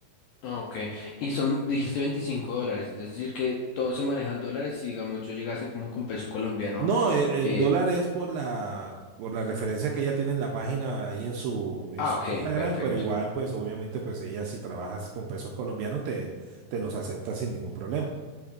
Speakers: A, on the left; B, on the right.
A: Ah, Ok, y son, dijiste 25 dólares, es decir, que todo se manejan dólares, si digamos yo llegase como con peso colombiano,
B: No, el, el
A: eh,
B: dólar es por la, por la referencia que ella tiene en la página ahí en su, en
A: ah,
B: su
A: ok,
B: Instagram,
A: perfecto.
B: pero igual, pues obviamente, pues ella si trabajas con pesos colombianos te, te los acepta sin ningún problema.